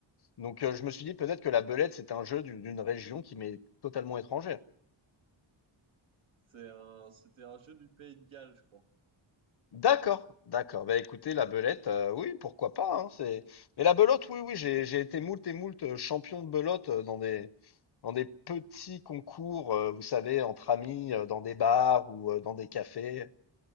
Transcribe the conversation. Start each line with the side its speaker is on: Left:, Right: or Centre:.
Left: Donc, euh, je me suis dit peut-être que la belette, c'est un jeu du- d'une région qui m'est totalement étrangère.
Right: C'est un, c'était un jeu du Pays de Galles, je crois.
Left: D'accord, d'accord. Bah écoutez, la belette, euh, oui, pourquoi pas, hein, c'est... Mais la belote, oui, oui, j'ai, j'ai été moult et moult euh, champion de belote euh, dans des, dans des petits concours, euh, vous savez, entre amis, euh, dans des bars ou euh, dans des cafés.